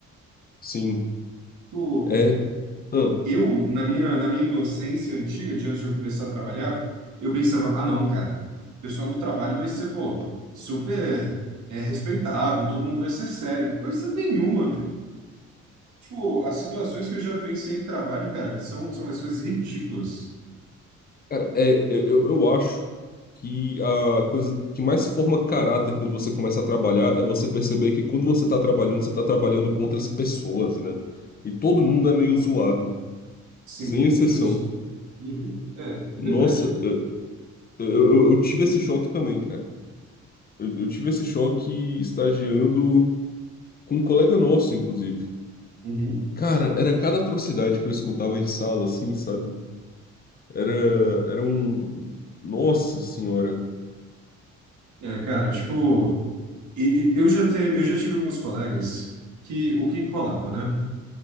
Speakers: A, on the left; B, on the right.
A: Sim.
B: Tipo,
A: É. ah.
B: eu, na minha, na minha inocência antiga, de antes de eu começar a trabalhar, eu pensava, ah, não, cara, o pessoal do trabalho vai ser, pô, super é, respeitável, todo mundo vai ser sério. Coisa nenhuma. Tipo, as situações que eu já vivenciei em trabalho, cara, são, são as coisas ridículas.
A: Cara, é, eu, eu eu acho que a coisa que mais forma caráter quando você começa a trabalhar é você perceber que quando você tá trabalhando, você tá trabalhando com outras pessoas, né? E todo mundo é meio zoado,
B: Sim,
A: sem exceção.
B: justo. Uhum. É, é
A: Nossa,
B: verdade.
A: eu, eu, eu eu tive esse choque também, cara. Eu, eu tive esse choque estagiando com um colega nosso, inclusive.
B: Uhum.
A: Cara, era cada atrocidade que eu escutava em sala, assim, sabe? Era, era um. Nossa senhora.
B: É, cara, tipo, e- e- eu já te, eu já tive alguns colegas que o que que rolava, né?